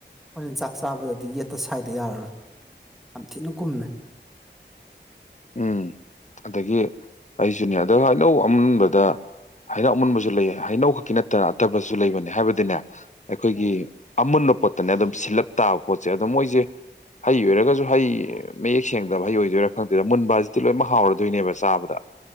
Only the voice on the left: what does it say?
ꯎꯝ ꯑꯗꯒꯤ ꯑꯩꯁꯨꯅꯦ ꯑꯗ ꯍꯩꯅꯧ ꯑꯃꯨꯟꯕꯗ ꯍꯩꯅꯧ ꯑꯃꯨꯟꯕꯁꯨ ꯂꯩꯗꯅ ꯍꯩꯅꯧ ꯈꯛꯀꯤ ꯅꯠꯇꯅ ꯑꯇꯣꯞꯄꯁꯨ ꯂꯩꯕꯅꯤ ꯍꯥꯏꯕꯗꯤꯅꯦ ꯑꯩꯈꯣꯏꯒꯤ ꯑꯃꯨꯟꯕ ꯄꯣꯠꯇꯅꯦ ꯑꯗꯨꯝ ꯁꯤꯜꯂꯞ ꯇꯥꯕ ꯄꯣꯠꯁꯦ ꯑꯗꯣ ꯃꯣꯏꯁꯦ ꯍꯩ ꯑꯣꯏꯔꯒꯁꯨ ꯍꯩ ꯃꯌꯦꯛ ꯁꯦꯡꯗꯕ ꯍꯩ ꯑꯣꯏꯗꯣꯏꯔꯥ ꯈꯪ <unintelligible> ꯃꯨꯟꯕ ꯍꯥꯏꯖꯤꯗꯤ ꯂꯣꯏꯅꯃꯛ ꯍꯥꯎꯔꯗꯣꯏꯅꯦꯕ ꯆꯥꯕꯗ